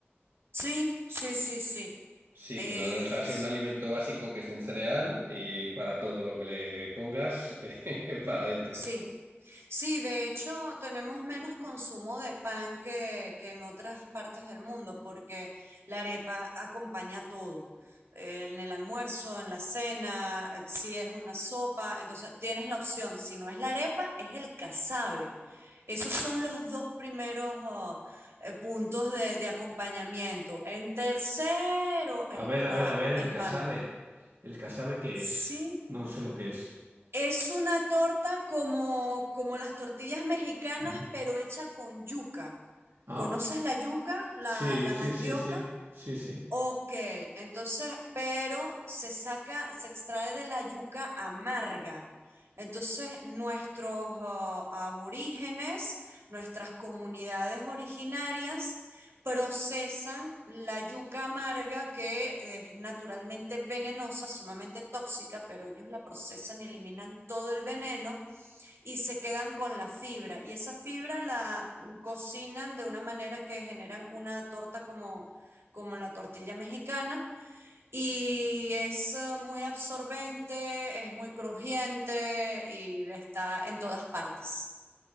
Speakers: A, on the right; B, on the right.
A: Sí, sí, sí, sí.
B: Sí,
A: Es,
B: que no deja de ser un alimento básico que es un cereal y para todo lo que le pongas, <laughs> eh, para adentro.
A: sí. Sí, de hecho, tenemos menos consumo de pan que, que en otras partes del mundo, porque la arepa acompaña todo. Eh, En el almuerzo, en la cena, eh, si es una sopa, entonces tienes la opción. Si no es la arepa, es el casabe. Esos son los dos primeros oh, eh, puntos de, de acompañamiento. En tercero es
B: A ver,
A: la,
B: a ver, a ver, el
A: el
B: casabe.
A: pan.
B: ¿El casabe qué
A: Sí.
B: es? No sé lo que es.
A: Es una torta como, como las tortillas mexicanas,
B: Mm.
A: pero hecha con yuca.
B: ¿Ah?
A: ¿Conoces la yuca, la,
B: Sí,
A: la
B: sí,
A: mandioca?
B: sí, sí, sí, sí.
A: Ok, entonces, pero se saca, se extrae de la yuca amarga. Entonces, nuestros ah, aborígenes, nuestras comunidades originarias, procesan la yuca amarga que es naturalmente venenosa, sumamente tóxica, pero ellos la procesan y eliminan todo el veneno y se quedan con la fibra. Y esa fibra la mm, cocinan de una manera que generan una torta como, como la tortilla mexicana y es eh, muy absorbente, es muy crujiente y está en todas partes.